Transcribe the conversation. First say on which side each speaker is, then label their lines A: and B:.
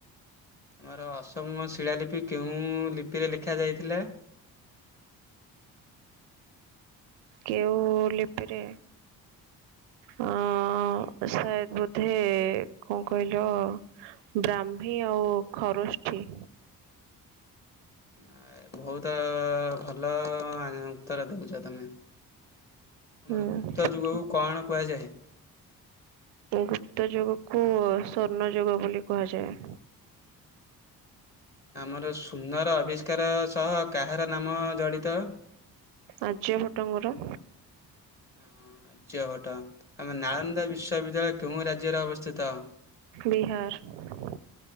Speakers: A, on the left; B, on the right.
A: ଆମର ଅସମ ଶିଳାଲିପି କେଉଁ ଲିପିରେ ଲେଖ ଯାଇଥିଲା?
B: କେଉଁ ଲିପିରେ ହଁ ସାୟଦ ବୋଧେ କଁ କହିଲ ବ୍ରାହ୍ମୀ ଆଉ ଖରଷ୍ଠି।
A: ଆ ଏ ବହୁତ ଭଲ ଉତ୍ତର ଦଉଚ ତମେ। ଆମର
B: ହୁଁ
A: ଗୁପ୍ତ
B: ଥ୍ୟାଙ୍କୟୁ
A: ଯୁଗକୁ କଣ କୁହାଯାଏ।
B: ଗୁପ୍ତ ଯୁଗକୁ ଶ୍ଵର୍ଣ୍ଣ ଯୁଗ ବୋଲି କୁହାଯାଏ।
A: ଆମର ସୁନର ଆବିଷ୍କାର ସହ କାହାର ନାମ ଜଡ଼ିତ?
B: ଆର୍ଯ୍ୟଭଙ୍କର।
A: ଅ ହଁ ଆଯ୍ୟ ଭଟ ଆମ ନାଳନ୍ଦା ବିଶ୍ୱବିଦ୍ୟାଳୟ କେଉଁ ରାଜ୍ୟରେ ଅବସ୍ଥିତ?
B: ବିହାର।